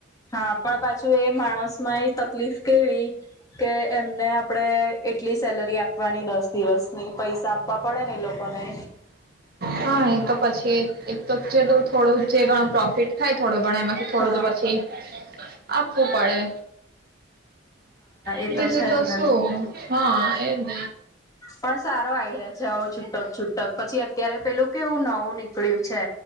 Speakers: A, on the left; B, on the right.
A: હા પણ પાછું એ માણસ માં એ તકલીફ કેવી કે એમને આપડે એટલી સેલરી આપી આપવાની દસ દિવસ ની પૈસા આપવા પડે ને એ લોકોને.
B: હા એ તો પછી એક તો જે થોડું જે ઘણું પ્રોફિટ થાય થોડો ઘણો એમાંથી થોડું
A: હા
B: તો પછી આપવું પડે બીજું
A: એ છે
B: તો
A: જ ને
B: શું હા એ
A: પણ સારો આઈડિયા છે આવો છૂટક છૂટક પછી અત્યારે પેલું કેવું નવું નીકળ્યું છે